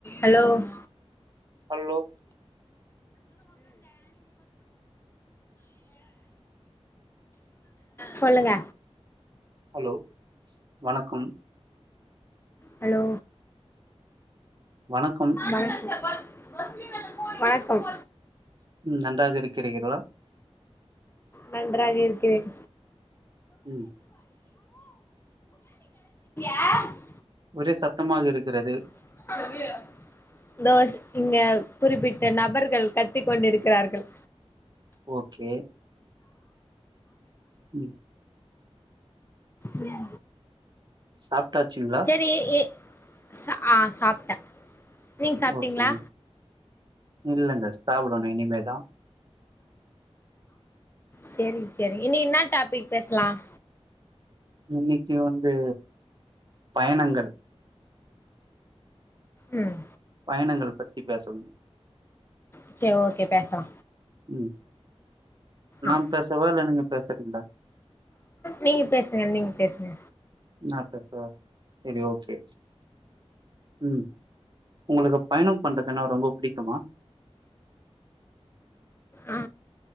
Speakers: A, on the left; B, on the right.
A: hello ம்
B: hello
A: சொல்லுங்க
B: hello வணக்கம்
A: ஹலோ
B: வணக்கம்
A: வணக்கம் வணக்கம்
B: ம் நன்றாக இருக்குறீகளா
A: நன்றாக இருக்கிறேன்
B: ம்
A: <unintelligible>
B: ஒரே சத்தமாக இருக்கிறது
A: <unintelligible> இந்தோ ஸ் இங்க குறிப்பிட்ட நபர்கள் கத்தி கொண்டுருக்கிறார்கள்
B: ஓகே ம்
A: ம்
B: சாப்டாச்சுங்களா
A: சேரி எ சாப் ஆ சாப்ட்டே நீங்க சாப்ட்டீங்களா
B: ஓகேங்க இல்லங்க சாப்டணு இனிமே தா
A: சேரிங்க சேரிங்க இன்னைக்கி என்ன டாபிக் பேசலாம்
B: இன்னைக்கி வந்து பயணங்கள்
A: ம்
B: பயணங்கள் பத்தி பேசணு
A: ஓகே ஓகே பேசலா
B: ம் நா
A: ஆ
B: பேசவா இல்ல நீங்க பேசுறீங்களா
A: நீங்க பேசுங்க நீங்க பேசுங்க
B: நா பேசவா செரி ஓகே ம் உங்களுக்கு பயணம் பண்றதுனா ரொம்ப புடிக்குமா
A: ஆ